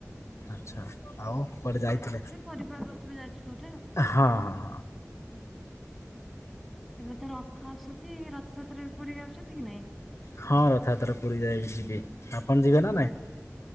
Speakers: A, on the left; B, in the centre.
A: ଆଚ୍ଛା ଆଉ କୁଆଡ଼େ ଯାଇଥିଲେ?
B: କରିପାରୁ ନଥିବେ ଯାଜପୁର
A: ହଁ ହଁ ହଁ।
B: ଏବେ ତ ରଥ ଆସୁଛି ରଥଯାତ୍ରାରେ ପୁରୀ ଯାଉଛନ୍ତି କି ନାଇଁ?
A: ହଁ ରଥଯାତ୍ରାରେ ପୁରୀ ଯାଇ ଯିବି ଆପଣ ଯିବେ ନା ନାଇଁ?